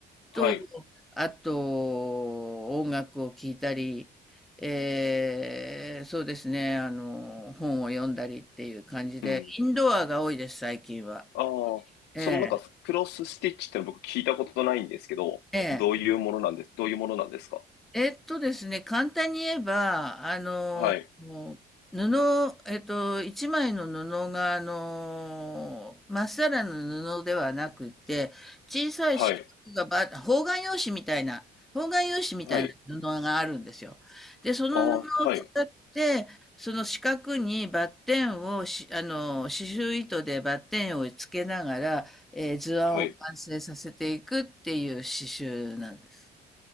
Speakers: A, in the centre; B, on the left.
A: と、
B: はい。
A: あと、音楽を聴いたり、えーそうですね、あの本を読んだりっていう感じで、
B: うん。
A: インドアが多いです、最近は。
B: ああ、
A: ええ、
B: そのなんかクロスステッチっての僕聞いたことないんですけど、
A: ええ。
B: どういうものなんです、どういうものなんですか
A: えっとですね、簡単に言えば、あの、
B: はい、
A: もう布、えっと、一枚の布が、あの、まっさらの布ではなくて、小さい四角がば、
B: はい、
A: 方眼用紙みたいな、方眼用紙みたいな布があるんですよ。
B: はい。
A: で、その布を使って、
B: ああ、はい、
A: その四角にバッテンをし、あの、刺繍糸でバッテンをつけながら、えー図案を完成させていくっていう刺繍なんです。
B: はい。